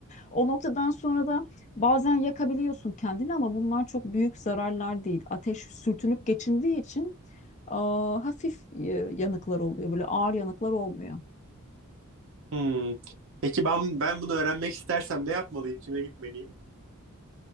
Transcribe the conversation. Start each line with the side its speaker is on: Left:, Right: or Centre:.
Left: O noktadan sonra da bazen yakabiliyorsun kendini ama bunlar çok büyük zararlar değil. Ateş sürtünüp geçindiği için aa, hafif e, yanıklar oluyor, böyle ağır yanıklar olmuyor.
Right: Hmm. Peki ben ben bunu öğrenmek istersem ne yapmalıyım? Kime gitmeliyim?